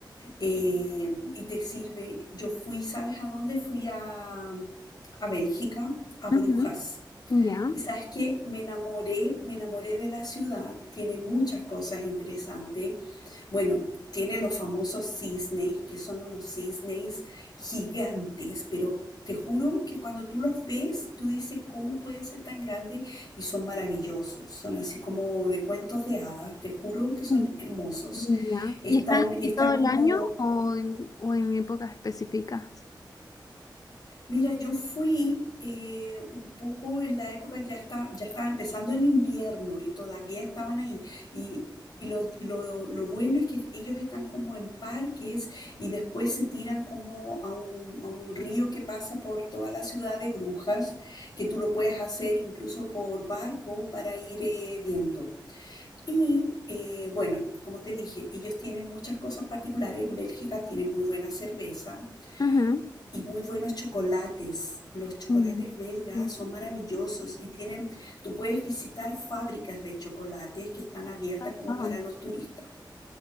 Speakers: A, on the left; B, on the left.
A: eh, y te sirve. Yo fui, ¿sabes a dónde? Fui a, a Bélgica, a Brujas.
B: ujú, Ya,
A: Y sabes que me enamoré, me enamoré de la ciudad, tiene muchas cosas interesantes. Bueno, tiene los famosos cisnes, que son unos cisnes gigantes, pero te juro que cuando tú los ves, tú dices cómo pueden ser tan grandes y son maravillosos. Son así como de cuentos de hadas, te juro que son
B: ujú,
A: hermosos.
B: ya. ¿Y
A: Están,
B: están así
A: están
B: todo el
A: como
B: año o en, o en épocas específicas?
A: Mira, yo fui eh, un poco en la época, ya está, ya estaba empezando el invierno y todavía estaban ahí. Y, y lo, lo- lo bueno es que ellos están como en parques y después se tiran como a un, a un río que pasa por toda la ciudad de Brujas, que tú lo puedes hacer incluso por barco para ir eh, viendo. Y eh, bueno, como te dije, ellos tienen muchas cosas particulares. En Bélgica tienen muy buena cerveza
B: Ujú,
A: y muy buenos chocolates. Los chocolates
B: Ya.
A: belgas
B: Sí.
A: son maravillosos y tienen, tú puedes visitar fábricas de chocolates que están abiertas
B: Ah,
A: como
B: wow.
A: para los turistas.